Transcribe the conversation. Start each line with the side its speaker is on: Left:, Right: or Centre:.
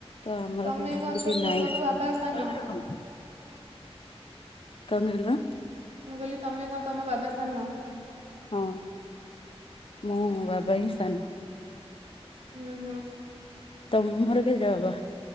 Left: ତ ଆମର
Right: ତମେ
Left: ସେ ସବୁ
Right: କଣ
Left: କିଛି
Right: ଛୋଟ
Left: ନାଇଁ।
Right: ତମ ବାବା ସାନ
Left: କଣ କହିଲ।
Right: ମୁଁ କହଲି ତମେ କଣ ତମ ବାବା ସାନ?
Left: ହଁ ମୋ ବାବା ହିଁ ସାନ।
Right: ହୁଁ ହୁଁ।
Left: ତମର କୋତଟା ବାବା?